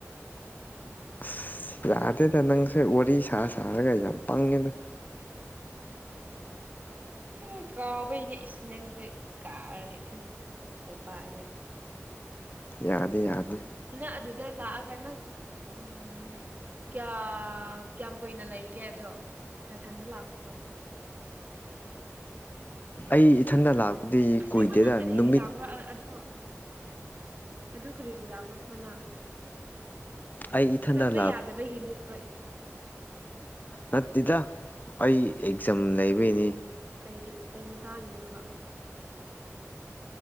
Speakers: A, on the left (about 35°); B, on the right (about 35°).
A: ꯑꯁ ꯌꯥꯗꯦꯗ ꯅꯪꯁ ꯋꯥꯔꯤ ꯁꯥ ꯁꯥꯔꯒ ꯌꯥꯝ ꯄꯪꯉꯤꯗꯣ
B: ꯑꯦ ꯀꯥꯎꯕꯒꯤꯅꯦ ꯏꯁꯤꯡ ꯅꯪꯁꯦ ꯀꯥꯔꯒꯦ ꯈꯜꯂꯤ ꯍꯥꯏ ꯄꯔꯦ
A: ꯌꯥꯗꯦ ꯌꯥꯗꯦ
B: ꯏ ꯑꯗꯨꯗ ꯂꯥꯛꯑꯒ ꯅꯪ ꯎ ꯀꯌꯥ ꯀꯌꯥꯝ ꯀꯨꯏꯅ ꯂꯩꯒꯦ ꯑꯗꯣ ꯅꯥꯊꯟꯗ ꯂꯥꯛꯄꯗꯣ
A: ꯑꯩ ꯏꯊꯟꯗ
B: ꯅꯪ
A: ꯂꯥꯛꯄꯗꯤ
B: ꯑꯁꯦꯡꯕ
A: ꯀꯨꯏꯗꯦꯗ
B: ꯅꯪ ꯀꯔꯤꯒꯤ
A: ꯅꯨꯃꯤꯠ
B: ꯂꯥꯛꯄ꯭ꯔꯣ ꯑꯗꯨ ꯑꯗꯨ ꯀꯔꯤꯒꯤ ꯂꯥꯛꯒꯕꯅ
A: ꯑꯩ ꯏꯊꯟꯗ
B: ꯆꯠꯄ
A: ꯂꯥꯛ
B: ꯌꯥꯗꯕꯒꯤꯅꯤ ꯍꯣꯏ
A: ꯅꯠꯇꯦꯗ ꯑꯩ ꯑꯦꯛꯖꯥꯝ ꯂꯩꯕꯩꯅꯤ
B: ꯀꯩ ꯀꯩ ꯃꯇꯥꯡꯉꯤꯅꯣꯕ